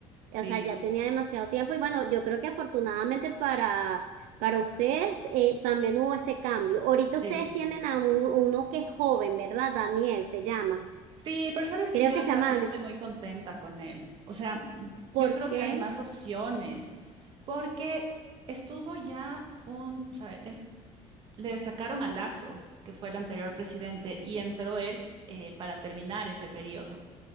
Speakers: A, on the right; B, on the right.
A: O
B: Sí,
A: sea, ya tenía demasiado tiempo y bueno, yo creo que afortunadamente para, para ustedes eh, también hubo ese cambio. Ahorita
B: sí.
A: ustedes tienen a un- uno que es joven, ¿verdad? Daniel se llama.
B: Sí, pero sabes que
A: Creo
B: yo
A: que
B: en
A: se
B: cambio
A: llama
B: no
A: Daniel.
B: estoy muy contenta con él. O sea,
A: ¿Por
B: yo creo
A: qué?
B: que hay más opciones porque estuvo ya un, o sea, él- le sacaron a Lazo, que fue el anterior presidente, y entró él eh, para terminar ese periodo.